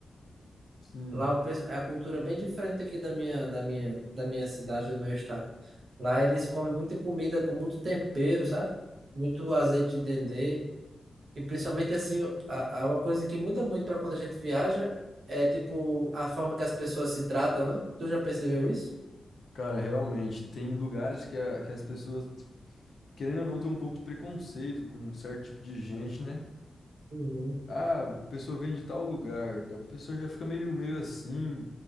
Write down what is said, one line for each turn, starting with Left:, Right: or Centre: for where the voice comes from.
Left: Sim.
Right: lá o pes- a cultura é bem diferente aqui da minha, da minha, da minha cidade, do meu estado. Lá eles comem muita comida com muito tempero, sabe? Muito azeite de dendê. E principalmente assim, a, a- uma coisa que muda muito para quando a gente viaja é tipo a forma que as pessoas se tratam, né? Tu já percebeu isso?
Left: Cara, realmente, tem lugares que, a- que as pessoas, querendo ou não, tem um pouco de preconceito com um certo tipo de gente, né?
Right: Uhum.
Left: Ah, a pessoa vem de tal lugar, a pessoa já fica meio, meio assim.